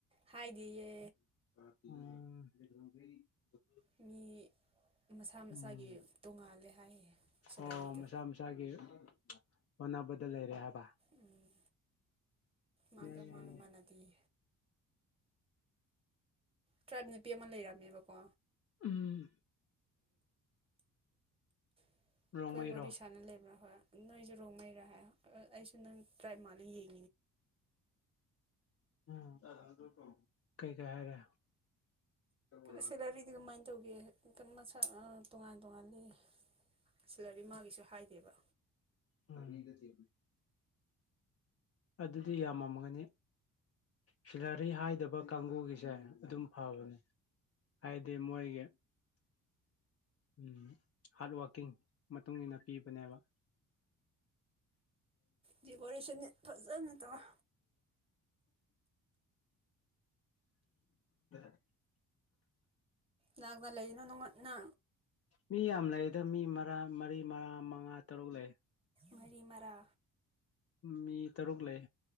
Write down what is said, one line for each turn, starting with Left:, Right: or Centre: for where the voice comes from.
Right: ꯍꯥꯏꯗꯤꯌꯦ
Left: <unintelligible>
Right: ꯃꯤ ꯃꯁꯥ ꯃꯁꯥꯒꯤ
Left: ꯎꯝ
Right: ꯇꯣꯡꯉꯥꯜꯂꯦ ꯍꯥꯏꯌꯦ ꯁꯦꯂꯔꯤꯗꯣ
Left: ꯑꯣ ꯃꯁꯥ ꯃꯁꯥꯒꯤ ꯍ‌ꯣꯟꯅꯕꯗ ꯂꯩꯔꯦ ꯍꯥꯏꯕ ꯕꯥ
Right: ꯎꯝ ꯃꯥꯒ
Left: ꯌꯥ ꯌꯥ
Right: ꯃꯥꯒ
Left: ꯌꯥ
Right: ꯃꯥꯟꯅꯗꯤꯌꯦ ꯇ꯭ꯔꯥꯏꯞ ꯅꯨꯄꯤ ꯑꯃ ꯂꯩꯔꯝꯃꯦꯕꯀꯣ
Left: ꯎꯝ
Right: ꯑꯩꯈꯣꯏ
Left: ꯔꯣꯡꯃꯩꯔꯣ
Right: ꯋꯥꯔꯤ ꯁꯥꯟꯅ ꯂꯩꯕ ꯍꯣꯏ ꯅꯣꯏꯁꯨ ꯔꯣꯡꯉꯩꯔꯦ ꯍꯥꯏ ꯑꯩꯁꯨ ꯅꯪ ꯇ꯭ꯔꯥꯏ ꯃꯥꯜꯂ ꯌꯦꯡꯉ
Left: ꯎꯝ ꯀꯩ ꯀꯩ ꯍꯥꯏꯔꯦ ꯎꯝ
Right: ꯁꯦꯂꯔꯤꯗꯤ ꯀꯃꯥꯏꯅ ꯇꯧꯒꯦ ꯃꯁꯥ ꯇꯣꯉꯥꯟ ꯇꯣꯉꯥꯜꯂꯤ ꯁꯤꯂꯔꯤ ꯃꯥꯒꯤꯁꯨ ꯍꯥꯏꯗꯦꯕ
Left: ꯉꯗꯥꯗꯤꯕꯅꯤ ꯑꯗꯨꯗꯤ ꯌꯥꯝꯃꯝꯒꯅꯤ ꯁꯤꯂꯔꯤ ꯍꯥꯏꯗꯥꯕ ꯀꯥꯡꯒꯒꯤꯁꯦ ꯑꯗꯨꯝ ꯐꯕꯅꯦ ꯍꯥꯏꯗꯤ ꯃꯣꯏꯒꯤ ꯎꯝ ꯍꯥꯔꯠ ꯋꯥꯔꯀꯤꯡ ꯃꯇꯨꯡ ꯏ ꯃꯇꯨꯡꯏꯟꯅ ꯄꯤꯕꯅꯦꯕ
Right: ꯗꯦꯀꯣꯔꯦꯁꯟꯅꯤ ꯐꯖꯅ ꯇꯧꯔ
Left: <unintelligible> <unintelligible> ꯏ
Right: ꯒꯗꯂ ꯏꯅ ꯅꯅ
Left: ꯃꯤ ꯌꯥꯝ ꯂꯩꯦꯗ ꯃꯤ ꯃꯔꯤ ꯃꯔꯥ ꯃꯉꯥ ꯇꯔꯨꯛ ꯂꯩ
Right: ꯃꯔꯤ ꯃꯔꯥ
Left: ꯃꯤ ꯇꯔꯨꯛ ꯂꯩ